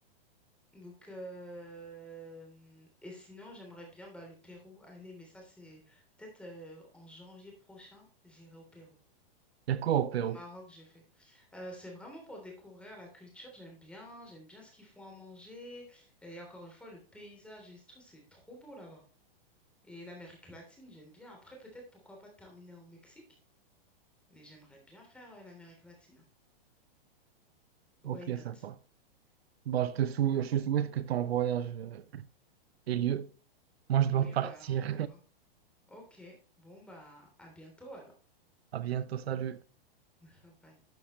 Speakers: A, in the centre; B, on the right.
A: Donc, euh, et sinon, j'aimerais bien bah, le Pérou aller, mais ça, c'est peut-être euh, en janvier prochain, j'irai au Pérou.
B: Il y a quoi au Pérou?
A: Maroc, j'ai fait. Euh, c'est vraiment pour découvrir la culture. J'aime bien, j'aime bien ce qu'ils font à manger. Et encore une fois, le paysage et tout, c'est trop beau là-bas. Et l'Amérique latine, j'aime bien. Après, peut-être pourquoi pas terminer au Mexique, mais j'aimerais bien faire euh, l'Amérique latine. hein. Why
B: Ok,
A: not?
B: sympa. Bah, je te
A: Bon,
B: sou- je souhaite que ton voyage euh, ait lieu. Moi, je dois
A: oui,
B: partir.
A: bah on verra. Ok, bon bah à bientôt alors.
B: À bientôt, salut.
A: <laughs> Bye.